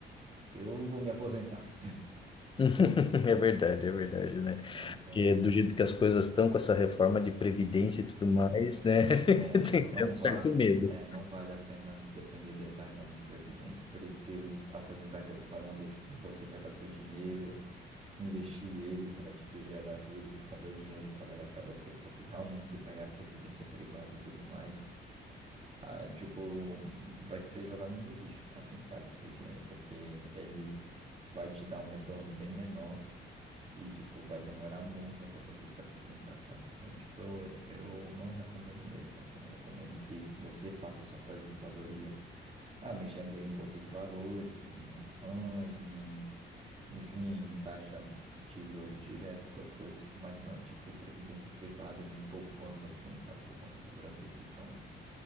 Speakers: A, on the right (about 30°); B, on the left (about 25°).
A: eu vou me aposentar,
B: <laughs> É verdade,
A: <laughs>
B: é verdade, né?
A: entendeu? Então.
B: Porque do jeito que as coisas estão com essa reforma de previdência e tudo mais, né?
A: É,
B: <laughs>
A: tipo,
B: Tem
A: não
B: até um certo
A: vale,
B: medo.
A: é, não vale a pena depender dessa reforma de previdência. Por isso que eu aposentar que eu tô falando é, tipo, você pegar seu dinheiro, investir ele para, tipo, gerar juros e fazer o dinheiro trabalhar para você. Porque realmente se pegar a previdência privada e tudo mais, ah, tipo, vai ser jogado no lixo, assim, sabe, seu dinheiro, porque ele vai te dar um retorno bem menor e, tipo, vai demorar muito até você se aposentar, sabe? Então, tipo, eu, eu não recomendo mesmo, assim. Eu recomendo que você faça sua aposentadoria, ah, mexendo em bolsa de valores, em ações, em, enfim, em taxa, em tesouro direto, essas coisas. Mas não, tipo, previdência privada e nem poupança, assim, sabe? Do Banco do Brasil, que são,